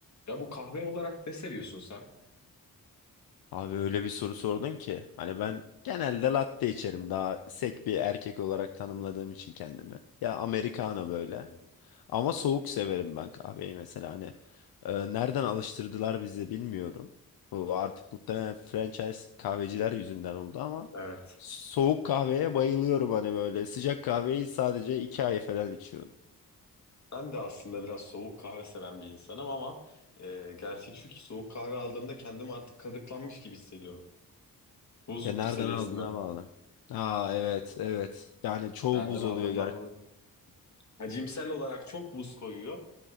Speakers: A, on the left; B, on the left.
A: Ya bu kahve olarak ne seviyorsun sen?
B: Abi öyle bir soru sordun ki. Hani ben genelde latte içerim. Daha sek bir erkek olarak tanımladığım için kendimi. Ya americano
A: Hmm,
B: böyle. Ama soğuk severim ben kahveyi mesela. Hani e, nereden alıştırdılar bizi bilmiyorum. Bu artık muhtemelen franchise kahveciler yüzünden oldu ama
A: Evet.
B: soğuk kahveye bayılıyorum hani böyle. Sıcak kahveyi sadece iki ay falan içiyorum.
A: Ben de aslında biraz soğuk kahve seven bir insanım ama e, gerçek şu ki soğuk kahve aldığımda kendimi artık kazıklanmış gibi hissediyorum. Buz
B: Ya nereden
A: seviyesinde.
B: aldığına bağlı. Aa evet evet. Yani çoğu
A: Nereden
B: buz
A: aldığımdan
B: oluyor
A: dolayı. Hacimsel olarak çok buz koyuyor.